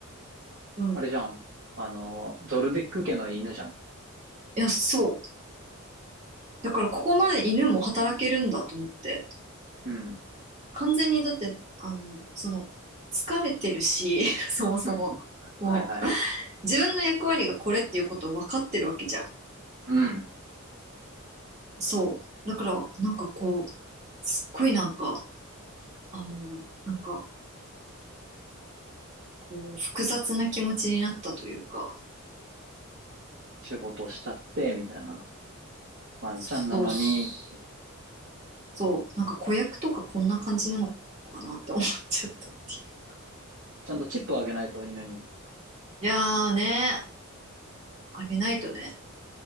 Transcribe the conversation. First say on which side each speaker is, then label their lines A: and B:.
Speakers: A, on the right; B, on the right.
A: うん
B: あれじゃん。あの、ゾルディック家の犬じゃん。
A: いやそうだからここまで犬も働けるんだと思って
B: うん。
A: 完全にだってあのその疲れてるし <laughs> そもそももう
B: うん。<laughs> はいはい。
A: 自分の役割がこれっていうことを分かってるわけじゃん
B: うん。
A: そうだからなんかこうすっごいなんかあのなんかこう複雑な気持ちになったというか
B: 仕事しちゃって、みたいな。ワンちゃんなのに。
A: そうっす
B: <laughs>
A: そう、なんか子役とかこんな感じなのかなって思っちゃったっていう。
B: ちゃんとチップをあげないと犬に。
A: いやーね、あげないとね、